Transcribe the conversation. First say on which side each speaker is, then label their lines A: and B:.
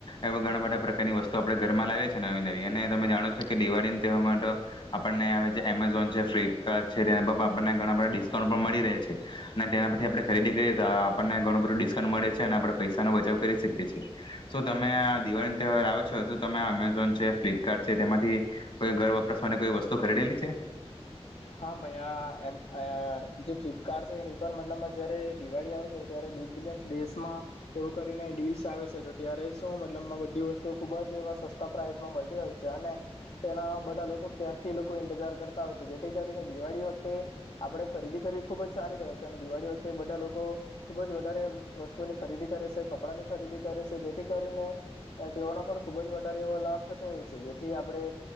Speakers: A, on the left; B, on the left.
A: એવા ઘણા બઢા પ્રકારની વસ્તુઓ આપણે ઘરમાં લાવીએ છીએ નવી નવી અને તમે જાણો જ છો કે દિવાળીન તહેવાર માં તો આપણને હવે જે એમેઝોન છે, ફ્લિપકાર્ટ છે તેના પર પણ આપણને ઘણા બધા ડિસ્કાઉન્ટ પણ મળી રેહ છે અને તેના પરથી આપણે ખરીદી કરીએ તો આ પણને ઘણું બધું ડિસ્કાઉન્ટ મળે છે અને આપણા પૈસાનો બચાવ કરી શકીએ છીએ. શું તમે આ દિવાળી નતહેવાર આવે છે, તો તમે અમેઝોન છે, ફ્લિપકાર્ટ છે તેમાંથી કોઈ ઘર વપરાસ માટે કોઈ વસ્તુ ખરીદેલી છે?
B: હા ભાઈ આ એમ અ જે ફ્લિપકાર્ટ સે એની પર મતલબ માં જયારે દિવાળી આવે સે, ત્યારે બિગ બિલયન્સ દેશમાં એવું કરીને ડીલ્સ આવે સે, જો ત્યારે શું મતલબમાં બઢી વસ્તુઓ ખુબ જ એવા સસ્તા પ્રાઇસમાં મલતી હોય છે‌ અને તેના બધા લોકો ક્યારથી લોકો ઇંતજાર કરતા હોય છે, જે થી કરીને દિવાળી વખટે આપણે ખરીદી કરવી ખૂબ જ સારી રહે છે અને દિવાળી વખતે બધા લોકો ખૂબ જ વધારે વસ્તુઓની ખરીદી કરે સે, કપડાંની ખરીદી કરે સે, જેથી કરીને તેઓનો પણ ખૂબ જ વધારે એવો લાભ થતો હોય સે, જેથી આપણે